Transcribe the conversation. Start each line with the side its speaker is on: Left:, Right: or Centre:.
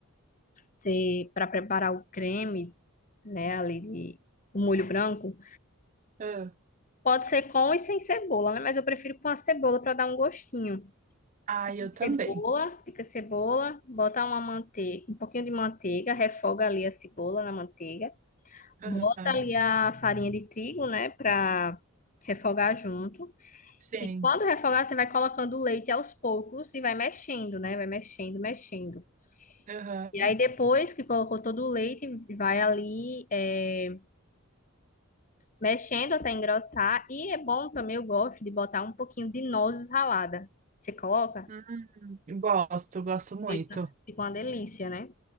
Left: você para preparar o creme, né? Ali de o molho branco,
Right: Ah,
Left: pode ser com e sem cebola, né? Mas eu prefiro com a cebola para dar um gostinho.
Right: ai,
Left: Pica
Right: eu também.
Left: Cebola, pica cebola, bota uma manteiga, um pouquinho de manteiga, refoga ali a cebola na manteiga, bota
Right: Aham.
Left: ali a farinha de trigo, né, pra refogar junto.
Right: Sim.
Left: E quando refogar, você vai colocando o leite aos poucos e vai mexendo, né, vai mexendo, mexendo.
Right: Aham.
Left: E aí depois que colocou todo o leite, vai ali é, mexendo até engrossar. E é bom também, eu gosto de botar um pouquinho de nozes ralada. Você coloca?
Right: Hum, Gosto, gosto muito.
Left: Fica, fica uma delícia, né?